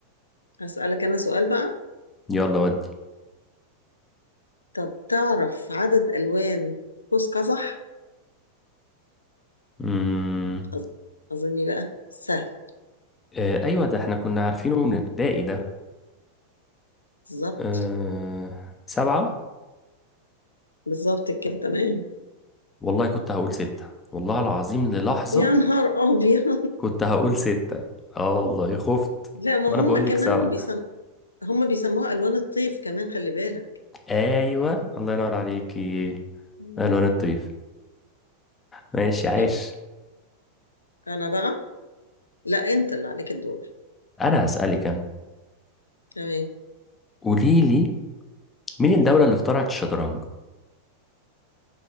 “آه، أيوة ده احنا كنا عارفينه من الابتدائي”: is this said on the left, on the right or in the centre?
Left